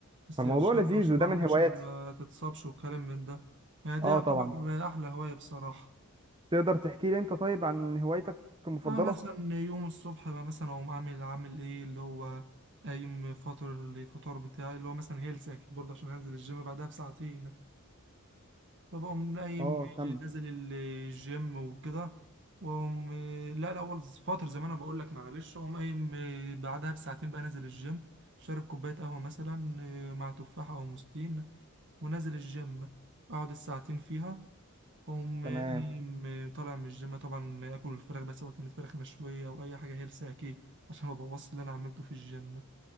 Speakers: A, on the right; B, on the right.
A: استرشاد
B: فالموضوع لذيذ
A: طوشة
B: وده
A: برضه
B: من
A: عشان
B: هواياتي
A: ما تتصابش وكلام من ده يعني دي
B: اه
A: هتبقى
B: طبعا
A: أحلى هواية بصراحة
B: تقدر تحكي لي انت طيب عن هوايتك المفضله
A: أنا مثلا يوم الصبح بقى مثلا أقوم أعمل عامل إيه اللي هو قايم فاطر الفطار بتاعي اللي هو مثلا هيلث أكيد برضه عشان هنزل الجيم بعدها بساعتين فبقوم قايم
B: اه كم
A: نازل الجيم وكده واقوم لا الاول فتره زي ما انا بقول لك معلش اقوم قايم بعدها بساعتين بقى نازل الجيم شارب كوبايه قهوه مثلا مع تفاحه او موزتين ونازل الجيم اقعد الساعتين فيها اقوم
B: تمام
A: قايم طالع من الجيم طبعا اكل الفراخ بس هو كانت فراخ مشويه او اي حاجه هيلثي اكيد عشان ما بوظش اللي انا عملته في الجيم